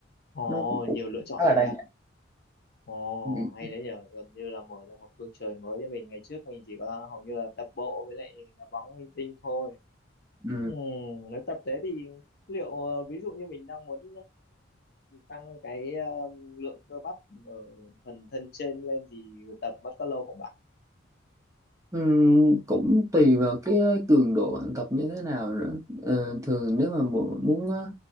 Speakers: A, on the left; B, on the right.
A: ồ
B: nó cũng, cũng
A: nhiều lựa chọn
B: khá là
A: thế
B: đa
A: à
B: dạng
A: Ồ,
B: ừ.
A: hay đấy nhờ gần như là mở ra một phương trời mới cho mình. Ngày trước mình chỉ có hầu như là tập bộ với lại đá bóng linh tinh thôi.
B: Ừ.
A: Ừ, nếu tập thế thì liệu ờ, ví dụ như mình đang muốn ờ, tăng cái ờ, lượng cơ bắp ở phần thân trên lên thì tập mất có lâu không bạn?
B: Ừ. cũng tùy vào cái cường độ bạn tập như thế nào nữa Ờ, thường nếu mà mu- muốn ờ,